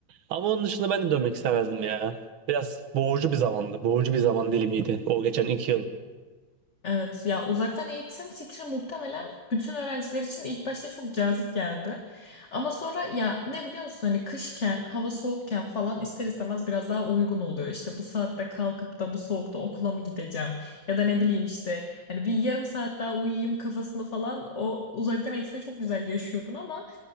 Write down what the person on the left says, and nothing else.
Evet ya uzaktan eğitim fikri muhtemelen bütün öğrenciler için ilk başta çok cazip geldi. Ama sonra ya ne biliyorsun hani kışken hava soğukken falan ister istemez biraz daha uygun oluyor. İşte bu saatte kalkıp da bu soğukta okula mı gideceğim ya da ne bileyim işte hani bir yarım saat daha uyuyayım kafasında falan o uzaktan eğitime çok güzel yaşıyordun ama